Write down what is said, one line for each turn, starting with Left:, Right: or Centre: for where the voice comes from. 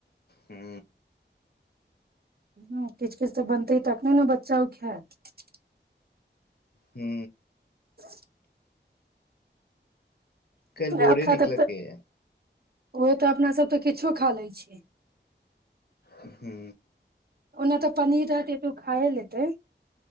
Left: हू
Right: ह किछ किछ तऽ बनतै तखने ने बच्चा ओ खायत
Left: हू
Right: <unintelligible>
Left: काल्हि
Right: राखब
Left: भोरे निकलके
Right: तब तऽ
Left: या
Right: ओहे तऽ अपनासभ तऽ किछो खा लै छी
Left: हू
Right: ओना तऽ पनीर आर खाए लेते